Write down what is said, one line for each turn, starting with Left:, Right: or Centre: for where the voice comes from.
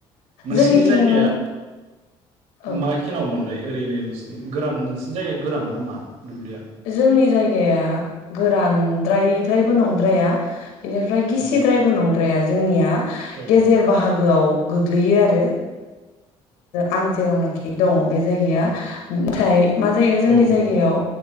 Right: नोंसिनि
Left: जोंनिथिं
Right: जायगाया
Left: औ
Right: माखिनाव मोनदाय ओरैनो नोंसिरनि गोरान नोंसिनि जायगाया गोरान नामा? दुब्लिया
Left: जोंनि जाय जायग गोरानद्रायद्रायबो नंद्राया बिनिफ्राय गिसिद्रायबो
Right: औ
Left: नंद्राया जोंनिया
Right: औ
Left: गेजेर बाहागोआव गोग्लैयो आरो। आं जेरावनोखि दङ बे जायगाया अन्थाय मा जायो जोंनि
Right: औ
Left: जायगायाव